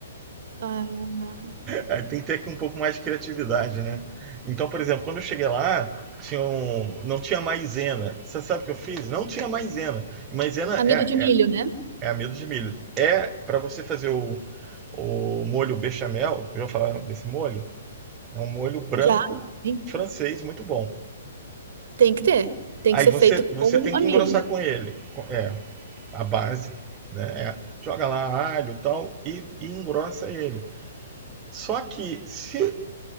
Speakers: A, on the right; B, on the right.
A: Ah,
B: Aí tem que ter um pouco mais de criatividade, né? Então, por exemplo, quando eu cheguei lá, tinha um- não tinha maisena. Você sabe o que eu fiz? Não tinha maisena. E maisena
A: amido
B: é,
A: de milho, né?
B: É amido de milho. É para você fazer o, o molho bechamel, eu já falar desse molho, é um molho branco
A: Já. Sim.
B: francês muito bom.
A: Tem que ter. Tem
B: Aí
A: que ser
B: você,
A: feito
B: você
A: com
B: tem que
A: amido.
B: engrossar com ele. com- É, a base, né? É, joga lá alho e tal e, e engrossa ele. Só que se